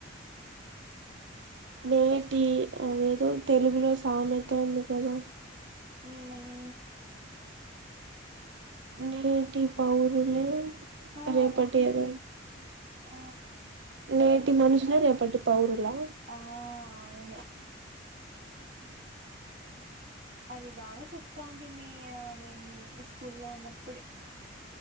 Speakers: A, on the right; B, on the right.
A: లేదు అదేదో తెలుగులో టామెట ఉంది కదా
B: ని మనీ
A: నేటి పౌరులు
B: ఆ
A: రేపాటి
B: రేపటి
A: అద
B: ఆ
A: నేటి మనుషులె
B: ఏమో
A: రేపటి పౌరులా
B: ఆ అవును అది బాగ చెప్తా అండి మీ అ మేమ్ స్కూల్లో ఉన్నప్పుడే